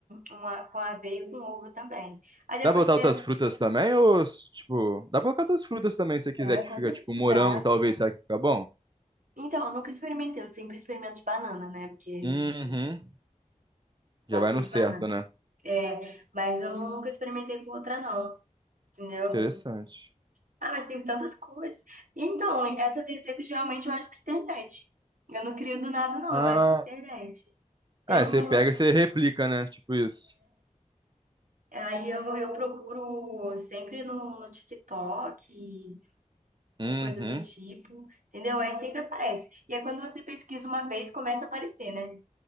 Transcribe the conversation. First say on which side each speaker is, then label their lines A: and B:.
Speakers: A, on the right; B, on the right.
A: uma, com a aveia e com ovo também. Aí depois
B: Dá pra botar
A: você.
B: outras frutas também? Ou, tipo, dá pra colocar outras frutas também se você quiser
A: É,
B: que
A: com
B: fica,
A: certeza
B: tipo, morango,
A: dá.
B: talvez, será que fica bom?
A: Então, eu nunca experimentei, eu sempre experimento de banana, né? Porque
B: Uhum.
A: eu
B: Já
A: gosto
B: vai
A: muito
B: no certo,
A: de banana.
B: né?
A: É, mas eu nunca experimentei com outra, não. Entendeu?
B: Interessante.
A: Ah, mas tem tantas coisas. Então, essas receitas geralmente eu acho na internet. Eu não crio do nada, não,
B: Ah,
A: eu acho na internet. Tem
B: ah,
A: um.
B: você pega e você replica, né? Tipo isso.
A: Aí eu, eu procuro sempre no, no TikTok,
B: Uhum.
A: ou coisa do tipo, entendeu? Aí sempre aparece. E aí quando você pesquisa uma vez, começa a aparecer, né?